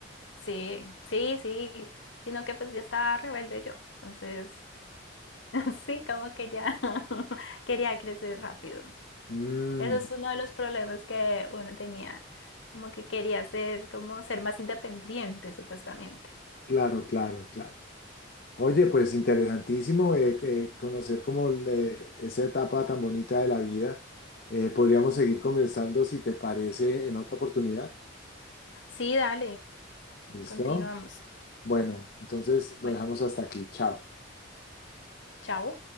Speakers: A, on the left; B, on the left.
A: Sí, sí, sí. Sino que pues ya estaba rebelde yo. Entonces... <laughs> Sí, como que ya <laughs> quería crecer rápido.
B: Mm,
A: Eso es uno de los problemas que uno tenía, como que quería ser, como ser más independiente, supuestamente.
B: claro, claro, claro. Oye, pues interesantísimo eh, eh, conocer como eh, esa etapa tan bonita de la vida. Eh, podríamos seguir conversando si te parece en otra oportunidad.
A: Sí, dale,
B: ¿Listo?
A: continuamos.
B: Bueno, entonces
A: Bueno,
B: lo dejamos hasta aquí. Chao.
A: chao.